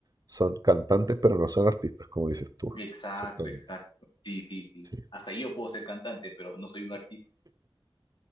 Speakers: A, on the right (about 40°); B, on the left (about 55°).
A: son cantantes, pero no son artistas, como dices tú.
B: Exacto,
A: Exactamente.
B: exacto. Sí, sí, sí.
A: Sí.
B: Hasta yo puedo ser cantante, pero no soy un artista.